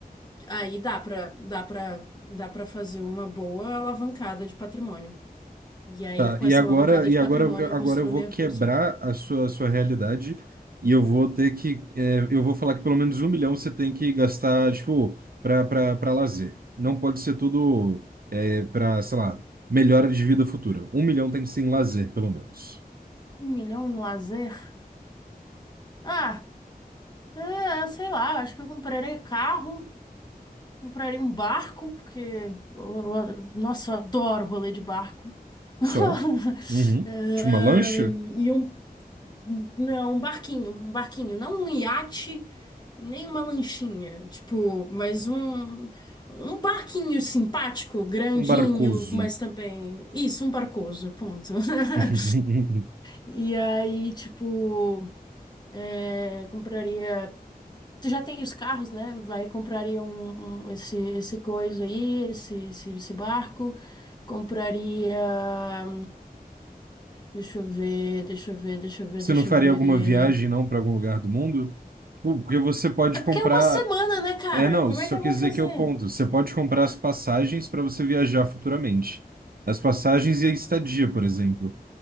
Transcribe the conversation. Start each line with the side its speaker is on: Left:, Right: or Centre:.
Left: aí dá pra, dá pra, dá pra fazer uma boa alavancada de patrimônio. E aí,
Right: Tá,
Left: com
Right: e
Left: essa
Right: agora,
Left: alavancada
Right: e
Left: de patrimônio,
Right: agora,
Left: eu
Right: agora
Left: construo
Right: eu vou
Left: meu,
Right: quebrar
Left: meu sonho.
Right: a sua, a sua realidade e eu vou ter que, é, eu vou falar que pelo menos um milhão você tem que gastar, tipo, pra, pra, pra lazer. Não pode ser tudo, é, pra, sei lá, melhora de vida futura. Um milhão tem que ser em lazer, pelo menos.
Left: Um milhão em lazer? Ah, é, sei lá, acho que eu comprarei carro, comprarei um barco, porque eu, eu- nossa, eu adoro rolê de barco. <laughs>
Right: Só. Uhum.
Left: É,
Right: Tipo, uma lancha?
Left: e um Não, um barquinho, um barquinho, não um iate, nem uma lanchinha, tipo, mas um um barquinho simpático, grandinho,
Right: Um barcoso.
Left: mas também isso, um barcoso, ponto.
Right: <laughs>
Left: <laughs> E aí, tipo, é, compraria. Tu já tem os carros, né? Vai compraria um, um- esse esse coisa aí, esse, esse esse barco. Compraria. Deixa eu ver, deixa eu ver, deixa eu ver,
Right: Você
Left: deixa
Right: não faria
Left: eu ver.
Right: alguma viagem, não, para algum lugar do mundo? Tipo, Porque você pode
Left: É porque
Right: comprar.
Left: é uma semana, né, cara?
Right: É, não,
Left: Como
Right: só
Left: é que eu
Right: quer
Left: vou
Right: dizer
Left: fazer?
Right: que é o ponto. Você pode comprar as passagens para você viajar futuramente. As passagens e a estadia, por exemplo.